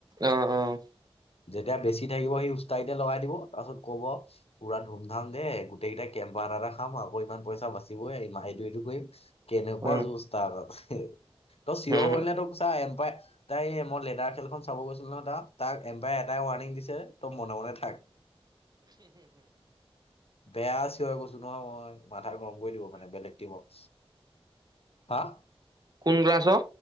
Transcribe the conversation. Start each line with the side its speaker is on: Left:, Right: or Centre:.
Right: অ, অ'।
Left: যেতিয়া বেছি থাকিব সেই উচ্তাৰতে লগাই দিব তাৰপাছত কব পুৰা ধুম ধাম দে গোটেইকেইটা কেম্পা এটা এটা খাম আৰু ইমান পইচা বাচিবই আৰু এইটো এইটো কৰিম। কেনেকুৱা
Right: উম
Left: যুজ তাৰ আগত তই চিঞৰ
Right: হম, হম।
Left: হ'লে তোৰ চা এম্পাই তাই মই লেডাৰ খেলখন চাব গৈছিলো ন তাত তাক এম্পায়াৰ এটাই ৱাৰণিং দিছে তই মনে মনে থাক। বেয়া আ চি হৈ কৈছো নহয় মই মাথা গৰম কৰি দিব মানে বেলেগ টিমক, হা!
Right: কোন ক্লাছ অ